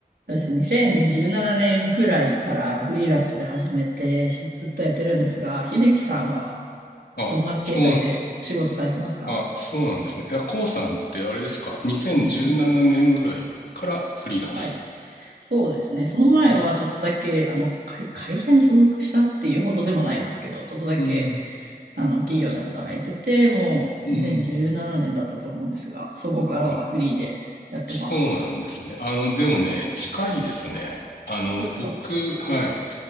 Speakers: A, on the right; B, on the left.
A: そうですね。2017年くらいからフリーランスで始めてしずっとやってるんですが、秀樹さんは
B: あ、
A: どんな形態で仕事されてますか
B: そう、あ、そうなんですね。いや、コウさんってあれですか ?2017
A: うんうん。
B: 年ぐらいからフリーランス。
A: はい。そうですね。その前はちょっとだけ、
B: あ、
A: あの、会、会社に所属したっていうほどでもないんですけど、ちょっとだけ、
B: うん、
A: あの、企業で働いてて、もう2017年だったと思うんですが、
B: うん。
A: そこからはフリーでやってます。
B: あ、そうなんですね。あの、でもね、近いですね。あの、
A: 本当ですか
B: 僕、はい。